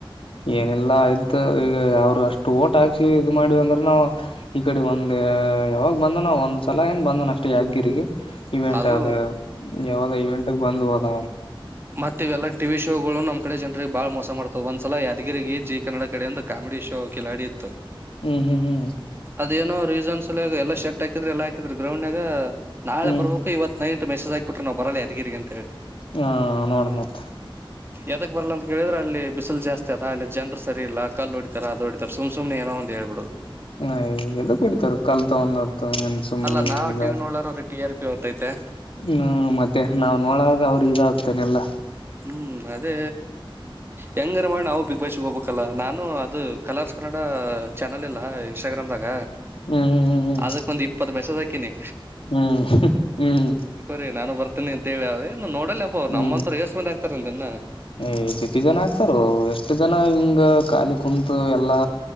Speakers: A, on the left; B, on the right.
A: ಏನಿಲ್ಲ ಆಯ್ತ್ ಈಗ ಅವರು ಅಷ್ಟು ಓಟ ಹಾಕ್ಸಿ ಇದ್ ಮಾಡಿವ ಅಂದ್ರುನು. ಈ ಕಡೆ ಒಂದ್ ಯಾವಾಗ ಬಂದಾನೊ ಒಂದ್ ಸಲ ಏನ್ ಬಂದನ ಅಷ್ಟೇ ಯಾದಗಿರಿಗೆ. ಇವೆಂಟ್
B: ಅದು
A: ಅದ ಯಾವದ ಇವೆಂಟಿಗ್ ಬಂದ್ ಹೋದ.
B: ಮತ್ತೆ ಇವೆಲ್ಲ ಟಿ ವಿ ಶೋ ಗಳು ನಮ್ ಕಡೆ ಜನರಿಗೆ ಬಾಳ ಮೋಸ ಮಾಡ್ತಾವ ಒಂದ್ಸಲ ಯಾದಗಿರಿಗೆ ಜಿ ಕನ್ನಡ ಕಡೆಯಿಂದ. ಕಾಮಿಡಿ ಶೋ ಕಿಲಾಡಿ ಇತ್ತು.
A: ಹ್ಮ್ ಹ್ಮ್ ಹ್ಮ್
B: ಅದೇನೋ ರೀಸನ್ಸ್ ಸಲುವಾಗಿ ಎಲ್ಲ ಶೆಟ್ ಹಾಕಿದ್ರೆ ಎಲ್ಲಾ ಹಾಕಿದ್ರರು ಗ್ರೌಂಡ್ನಾಗ ನಾಳೆ
A: ಹ್ಮ್
B: ಬರ್ಬೇಕು ಇವತ್ತು. ನೈಟ್ ಮೆಸಜ್ ಹಾಕ್ಬಿಟ್ರು ನವು ಬರಲ್ಲ ಯಾದಗಿರಿಗಂತ ಹೇಳಿ.
A: ಹಾ ನೋಡು ಮತ್.
B: ಎದಕ್ ಬರ್ಲ್ಲ ಅಂತ ಕೇಳಿದ್ರೆ ಅಲ್ಲಿ ಬಿಸಿಲು ಜಾಸ್ತಿ ಅದ ಅಲ್ಲಿ ಜನ್ರು ಸರಿ ಇಲ್ಲ ಕಲ್ಲು ಹೊಡಿ ತರ ಅದೋಡಿ ಸುಮ್ ಸುಮ್ನೇ ಏನೋ ಒಂದು ಹೇಳಿ ಬಿಡೋದು
A: ಹ ಎದು ಕುಡಿತಾರ ಕಲ್ತ ಒಂದ್ದ ಏನ್ ಸುಮ್
B: ಅಲ್ಲ ನಾವ್
A: ಈಗ
B: ಟಿ ನೋಡೋರ್ರ ಟಿ ಆರ್ ಪಿ ಹೊತೈತೆ
A: ಹ್ಮ್ ಮತ್ತೆ ನಾವ್ ನೋಡಾರ ಅವ್ರಿಗೆ ಇದಾಗ್ತೇನೆ ಎಲ್ಲ
B: ಹ್ಮ್ ಅದೇ ಹೆಂಗರ ಮಾಡಿ ನಾವು ಬಿಗ್ ಬಾಸ್ಸಿಗೆ ಹೋಗ್ಬೇಕಲ್ಲ ನಾನು ಅದು ಕಲರ್ಸ್ ಕನ್ನಡ ಚಾನಲ್ ಇಲ್ಲಾ ಇನ್ಸ್ಟಾಗ್ರಾಮ್ದಾಗ
A: ಹ್ಮ್ ಹ್ಮ್ ಹ್ಮ್
B: ಅದಕ್ ಒಂದ್ ಇಪ್ಪತ್ ಮೆಸೇಜ್ ಹಾಕಿನಿ.
A: ಹ್ಮ್ ಹ್ಮ್
B: ರಿ ನಾನು ಬರ್ತನಿಂತ ಹೇಳ ಅವ ಇ ನೋಡಲ್ಲ ಅಪ್ಪ
A: ಹ್ಮ್
B: ಅವ್ ನಮ್ಮಂತರು
A: ಹ್ಮ್
B: ಎಷ್ಟುಂದ ಆಗ್ತಾರ ಅಂತನ್ನ
A: ಏ ಜತಿ ಜನ ಆಗ್ತಾರ ಎಷ್ಟ ಜನ ಹಿಂಗ ಖಾಲಿ ಕುಂತು ಎಲ್ಲಾ